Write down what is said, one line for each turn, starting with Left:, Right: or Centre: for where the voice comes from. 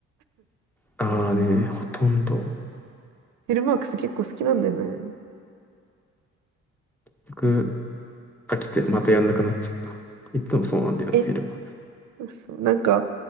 Centre: ああね、ほとんど、
Right: フィルマークス結構好きなんだよね。
Centre: 結局飽きてまたやんなくなっちゃった。いつもそうなんだよね、
Right: え
Centre: フィルム。
Right: そう、なんか、